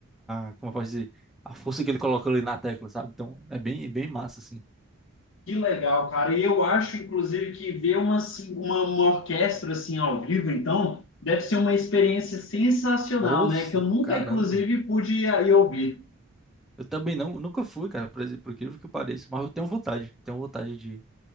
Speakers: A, in the centre; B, on the left (about 60°).
A: a, como eu posso dizer, a força que ele coloca ali na tecla, sabe? Então, é bem, é bem massa, assim.
B: Que legal, cara. E eu acho, inclusive, que ver uma, assim, uma, uma orquestra assim ao vivo, então, deve ser uma experiência sensacional,
A: Nossa,
B: né? Que eu nunca,
A: caramba.
B: inclusive, pude ir ir ouvir.
A: Eu também não, nunca fui, cara, por exemplo, por incrível que pareça, mas eu tenho vontade, tenho vontade de,